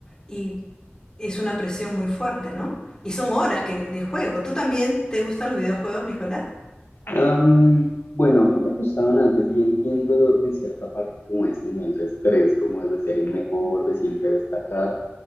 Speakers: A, on the left (about 15°); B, on the left (about 65°).
A: y es una presión muy fuerte, ¿no? Y son horas que, de juego. ¿Tú también te gustan los videojuegos, Nicolás?
B: Am, bueno, a mí me gustaban antes y entiendo en cierta parte como ese nivel de estrés, como es de ser el mejor, de siempre destacar,